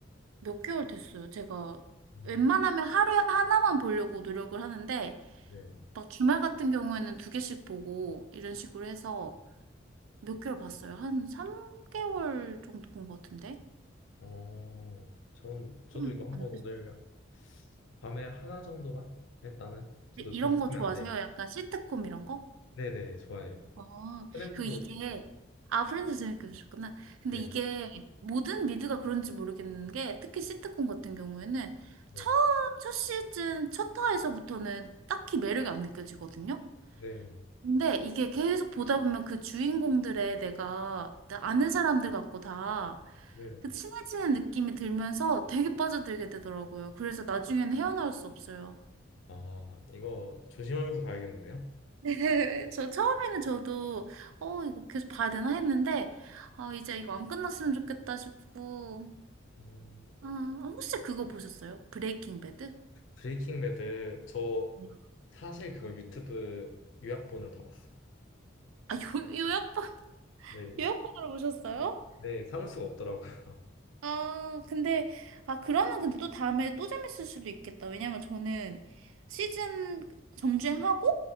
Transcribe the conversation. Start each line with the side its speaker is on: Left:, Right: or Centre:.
Right: 몇 개월 됐어요. 제가
Left: 음,
Right: 웬만하면 하루에 하나만 보려고 노력을 하는데,
Left: 네.
Right: 막 주말 같은 경우에는 두 개씩 보고, 이런 식으로 해서 몇 개월 봤어요. 한 3개월 정도 본 것 같은데?
Left: 어, 전, 저도
Right: 좀
Left: 이거 한번
Right: 안 됐어요.
Left: 오늘 밤에 하나 정도만? 일단은. 저도
Right: 이런
Left: 생각하면
Right: 거 좋아하세요?
Left: 안 되니까.
Right: 약간 시트콤 이런 거?
Left: 네네, 좋아요.
Right: 어,
Left: 프렌즈도
Right: 그 이게,
Left: 재밌게. 봤어요.
Right: 아, 프렌즈 재밌게 보셨구나. 근데
Left: 네,
Right: 이게 모든 미드가 그런지 모르겠는 게, 특히 시트콤 같은 경우에는
Left: 네,
Right: 첫, 첫 시즌, 첫 화에서부터는 딱히 매력이 안 느껴지거든요?
Left: 네,
Right: 근데 이게 계속 보다 보면 그 주인공들의 내가 아는 사람들 같고 다,
Left: 네.
Right: 그 친해지는 느낌이 들면서 되게 빠져들게 되더라고요. 그래서 나중에는 헤어나올 수 없어요.
Left: 아, 이거 조심하면서 봐야겠는데요?
Right: 네, 저 처음에는 저도 어 이거 계속 봐야 되나 했는데 아 이제 이거 안 끝났으면 좋겠다 싶고
Left: 음,
Right: 아 혹시 그거 보셨어요? 브레이킹 배드?
Left: 브레이킹 배드 저
Right: 네.
Left: 사실 그걸 유튜브 요약본을 다 봤어요.
Right: 아 요, 요약본 <laughs>
Left: 네,
Right: 요약본으로 보셨어요?
Left: 네, 참을 수가 없더라고요. <laughs>
Right: 아 근데 아 그러면 근데 또 다음에 또 재밌을 수도 있겠다 왜냐면 저는 시즌 정주행하고